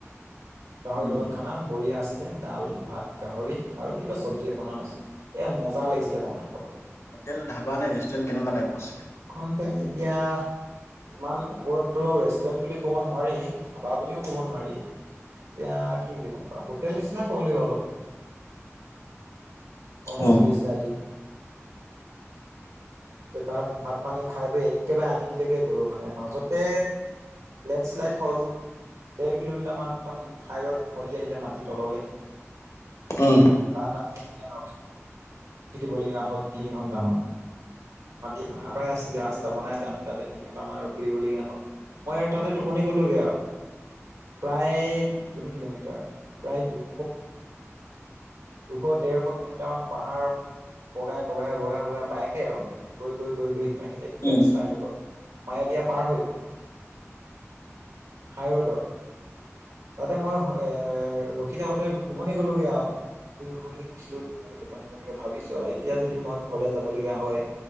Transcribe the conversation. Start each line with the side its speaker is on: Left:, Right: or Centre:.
Right: গাহৰি
Left: উম
Right: লগত খানা বঢ়িয়া আছিলে। দাল, ভাত, গাহৰি আৰু কিবা চব্জি এখনমান আছিলে, এ মজা লাগিছিলে তাৰমানে খাবলৈ।
Left: হোটেল ধাবা নে ৰেষ্টুৰেণ্ট কেনেকুৱা টাইপৰ আছিলে?
Right: এখন ঠাই এতিয়া ইমান ওপৰতটো ৰেষ্টুৰেণ্ট বুলি ক'ব নোৱাৰি ধাবা বুলিও কব নোৱাৰি। এতিয়া কি বুলি ক'ম বা হোটেল নিচিনা কবলেও অলপ অৰুণাচলী
Left: অ
Right: ষ্টালী। ত' তাত ভাত পানী খাই বৈ একেবাৰে আনিনিলৈকে গ'লো মানে, মাজতে লেণ্ডশ্লাইড হ'ল দেৰ কিলোমিটাৰ মান একদম হাইতট খহি আহিলে মাটিৰ তললৈ।
Left: উম
Right: অ' তাত আমি দিবলগীয়া হ'ল তিনি ঘন্টামান, মাটি আই আছিলে ৰাস্তা বনাই আছিলে, আমি তাতে তিনি ঘটামান ৰখি দিবলগীয়া হ'ল, মই আৰু তাতে টোপনি গ'লোগে আৰু প্ৰায় কিমান কিলোমিটাৰ প্ৰায় দুশ দুশ ডেৰশ কিলোমিটাৰ মান পাহাৰ বগাই বগাই বগাই বগাই বাইকে আৰু গৈ গৈ গৈ গৈ সিমাই খিনিত
Left: উম
Right: লেণ্ডশ্লাইড হৈ গ'ল। মায়াদিয়া পাৰ হৈ, হাই ৰোডত, তাতে মই এ ৰখি থাকোঁতে টোপনি গ'লোগৈ আৰু শুই শুই দিছিলো ধুনীয়াকে টোপনি গ'লো। ভাবিছো আৰু এতিয়া যদি মই ঘৰলৈ যাব লগীয়া হয়